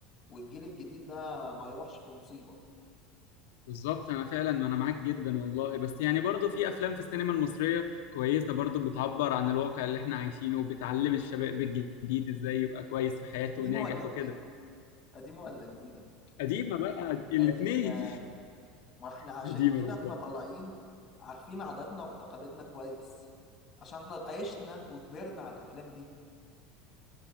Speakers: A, on the left (about 20°); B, on the left (about 85°).
A: والجيل الجديد ده ما يروحش في مصيبة
B: بالظبط انا فعلا ما انا معاك جدا والله بس يعني برضه في افلام في السينما المصريه كويسه برضه بتعبر عن الواقع اللي احنا عايشينه وبتعلم الشباب الجديد ازاي يبقى كويس في حياته
A: قديمة
B: وناجح
A: ولا جديدة
B: وكده
A: قديمة ولا جديدة
B: قديمه بقى الاثنين
A: قديمة ما احنا
B: <laughs>
A: عشان
B: قديمه
A: كده
B: بالظبط
A: احنا طالعين عارفين عاداتنا وتقاليدنا كويس عشان احنا عشنا وكبرنا على الافلام دي